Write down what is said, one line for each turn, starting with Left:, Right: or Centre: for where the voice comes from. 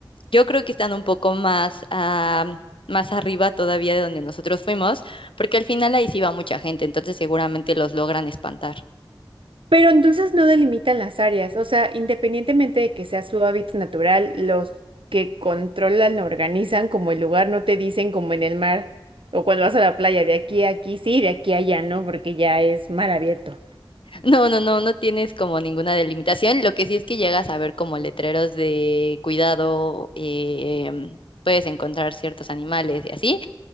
Left: Yo creo que están un poco más, ah, más arriba todavía de donde nosotros fuimos, porque al final ahí sí va mucha gente, entonces seguramente los logran espantar.
Right: Pero entonces no delimitan las áreas, o sea, independientemente de que sea su hábitat natural, los que controlan, organizan como el lugar, no te dicen como en el mar o cuando vas a la playa, de aquí a aquí sí, de aquí a allá no, porque ya es mar abierto.
Left: <laughs> No, no, no, no tienes como ninguna delimitación. Lo que sí es que llegas a ver como letreros de cuidado, em, puedes encontrar ciertos animales y así,